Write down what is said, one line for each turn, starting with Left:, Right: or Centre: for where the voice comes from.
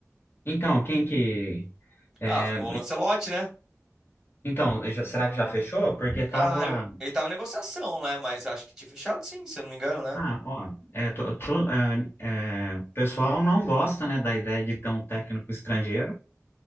Left: Então, quem que é,
Centre: Ah, ficou o Lancelotti, né?
Left: então, então, já- será que já fechou? Porque tava
Centre: Cara, ele tava em negociação, né? Mas acho que tinha fechado sim, se eu não me engano, né?
Left: Ah, ó, é, tô- tô, é, é, o pessoal não gosta, né, da ideia de ter um técnico estrangeiro,